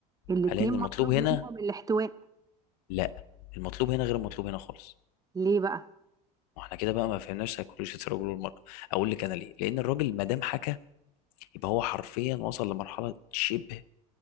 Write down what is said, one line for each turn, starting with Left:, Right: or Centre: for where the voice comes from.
Right: الاتنين
Left: هل ان
Right: مطلوب
Left: المطلوب هنا
Right: منهم الاحتواء
Left: لا المطلوب هنا غير المطلوب هنا خالص
Right: ليه بقى
Left: واحنا كده بقى ما فهمناش سيكولوجيه الرجل والمراه اقول لك انا ليه لان الراجل ما دام حكى يبقى هو حرفيا وصل لمرحله شبه